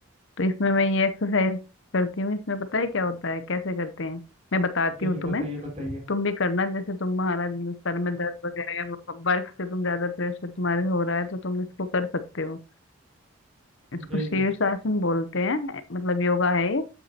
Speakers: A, on the left; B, on the right.
A: तो इसमें मैं ये एक्सरसाइज करती हूँ इसमें पता है क्या होता है कैसे करते हैं मैं बताती
B: जी
A: हूँ
B: जी
A: तुम्हें
B: बताइए बताइए
A: तुम भी करना जैसे तुम्हारा सर में दर्द वगैरह है वर्क से तुम ज्यादा प्रेशर तुम्हारे हो रहा है तो तुम इसको कर सकते हो इसको
B: जी
A: शीर्षासन
B: जी
A: बोलते हैं मतलब योगा है ये